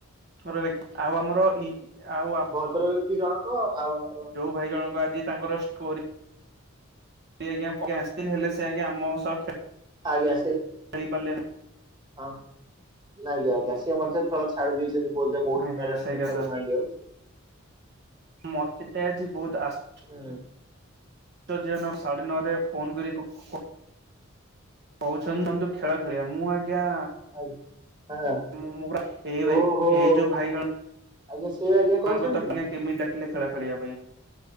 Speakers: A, on the right; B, on the right.
A: <unintelligible>
B: ଭଦ୍ର ବ୍ୟକ୍ତି ଜଣକ ଆଉ ଆମର
A: ଭାଇ ଜଣଙ୍କ ଆଜି ତାଙ୍କର ଷ୍ଟୋରି <unintelligible> ଆସିଥିଲେ, ହେଲେ ସେ ଆଜ୍ଞା ଆମ ସହ ଖେ
B: ଆଜ୍ଞା। ସେ
A: ଖେଳି ପାରିଲେ ନା
B: ହଁ ଆଜ୍ଞା ଆଜ୍ଞା। ସେ ମଧ୍ୟ ଖେଳ ଛାଡ଼ି ଦେଇଛନ୍ତି ବୋଧ ହୁଏ,
A: ନାହିଁ
B: ବହୁତ
A: ଆଜ୍ଞା
B: ଦିନ ହେଲାଣି
A: ସେଇ
B: ସିଏ
A: କଥା
B: ଖେଳୁନାହାନ୍ତି ଆଉ।
A: ମତେ ତ ଆଜି ବହୁତ ଆଶ୍ଚ
B: ହୁଁ।
A: ଆଶ୍ଚର୍ଯ୍ୟଜନକ, ସାଢେ ନଅ ରେ ଫୋନ କରି- କ- କ -କ କହୁଛନ୍ତି ତମେ ଯୋଉ ଖେଳ ଖେଳିିବା। ମୁଁ ଆଜ୍ଞା
B: ହଉ ଆଜ୍ଞା,
A: ମୁଁ ଏଇ ଭାଇ
B: ଓହୋଃ।
A: ଏଇ ଯୋଉ ଭାଇ
B: ଆଜ୍ଞା ସେ ଆଜ୍ଞା
A: ଜଣଙ୍କ
B: କହିଛନ୍ତି?
A: ତ କେମିତି ଡାକିଲେ ଖେଳ ଖେଳିବା ପାଇଁ।